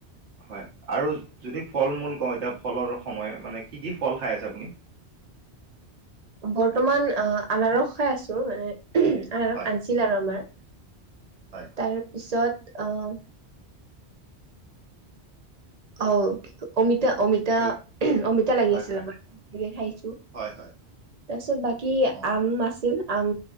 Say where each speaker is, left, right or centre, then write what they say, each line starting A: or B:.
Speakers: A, on the right; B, on the right.
A: হয় আৰু যদি ফল মূল কওঁ এতিয়া ফলৰ সময় মানে কি কি ফল খাই আছে আপুনি?
B: বৰ্তমান অ আনাৰস খাই আছো। এ--ওওঁহ আনাৰস
A: হয়
B: আনিছিলে আৰু আমাৰ।
A: হয়।
B: তাৰ পিছত অঁ অ'অমিতা, অমিতা
A: ধৰি লওক
B: ওওঁহ অমিতা লাগি
A: হয়
B: আছিল
A: হয়
B: আমাৰ। এতিয়া খাইছো।
A: হয় হয়
B: তাৰপিছত বাকি
A: অ
B: আম আছিল। আম